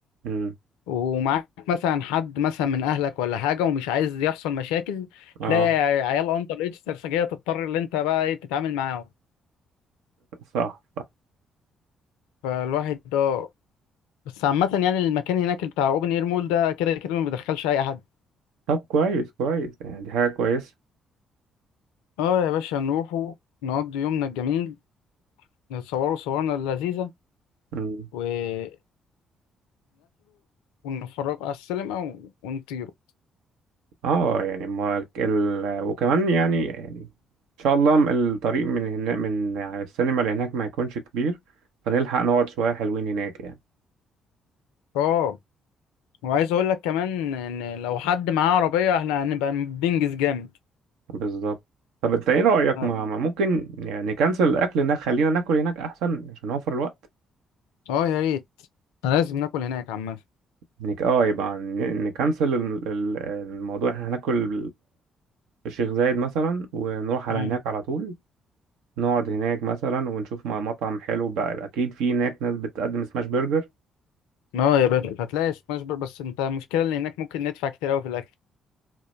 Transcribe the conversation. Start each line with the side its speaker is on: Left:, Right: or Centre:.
Right: امم
Left: ومعاك مثلا حد مثلا من أهلك ولا حاجة ومش عايز يحصل مشاكل
Right: اه
Left: تلاقي عيال أندر إيدج سرسجية تضطر إن أنت بقى إيه تتعامل معاهم
Right: صح صح
Left: فالواحد ده بس عامة يعني المكان هناك بتاع اوبن اير مول ده كده كده ما بيدخلش اي حد
Right: طب كويس كويس يعني دي حاجة كويسة
Left: اه يا باشا نروحوا نقضي يومنا الجميل نتصوروا صورنا اللذيذة
Right: امم
Left: وناكلوا ونتفرجوا على السينما و- ونطيروا
Right: اه يعني ما ال... وكمان يعني يعني ان شاء الله م- الطريق من هنا من يعني السينما اللي هناك ما يكونش كبير فنلحق نقعد شوية حلوين هناك يعني
Left: اه وعايز اقول لك كمان ان لو حد معاه عربية احنا هنبقى بننجز جامد
Right: بالظبط طب انت ايه رأيك
Left: اه
Right: ما ما ممكن يعني نكنسل الاكل هناك خلينا ناكل هناك احسن عشان نوفر الوقت
Left: آه يا ريت أنا لازم ناكل هناك عامة
Right: نك... اه يبقى ن- نكنسل الم- ال- الموضوع احنا هناكل في الشيخ زايد مثلا ونروح على
Left: مم.
Right: هناك على طول نقعد هناك مثلا ونشوف م- مطعم حلو بقى اكيد في هناك ناس بتقدم سماش برجر
Left: اه يا باشا هتلاقي سماش بر بس انت المشكلة اللي هناك ممكن ندفع كتير اوي في الاكل